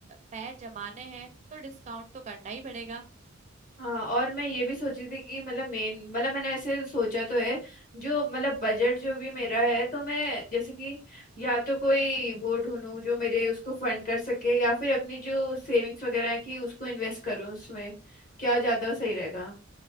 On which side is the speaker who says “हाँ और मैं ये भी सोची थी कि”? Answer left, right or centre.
Left